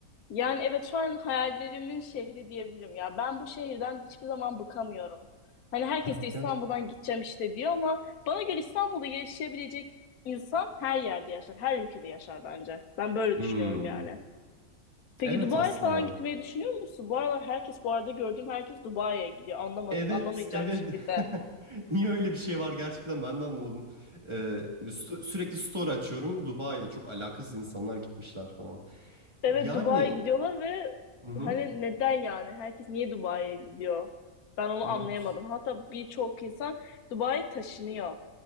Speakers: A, on the left (about 85°); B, on the right (about 20°).
A: Yani evet şu an hayallerimin şehri diyebilirim ya. Ben bu şehirden hiçbir zaman bıkamıyorum. Hani herkes
B: Ya
A: de
B: gerçekten.
A: İstanbul'dan gideceğim işte diyor ama bana göre İstanbul'da yaşayabilecek insan her yerde yaşar, her ülkede yaşar bence. Ben böyle
B: Hmm.
A: düşünüyorum yani. Peki
B: Evet
A: Dubai
B: aslında.
A: falan gitmeyi düşünüyor musun? Bu aralar herkes, bu arada gördüğüm herkes Dubai'ye gidiyor. Anlama,
B: Evet,
A: anlamayacağım
B: evet.
A: bir şekilde.
B: <laughs> Niye öyle bir şey var gerçekten ben de anlamadım. Ee, sü- sürekli story açıyorum. Dubai'de çok alakasız insanlar gitmişler falan.
A: Evet
B: Yani,
A: Dubai'ye gidiyorlar ve
B: hı hı,
A: hani neden yani? Herkes niye Dubai'ye gidiyor? Ben onu
B: evet.
A: anlayamadım. Hatta birçok insan Dubai'ye taşınıyor.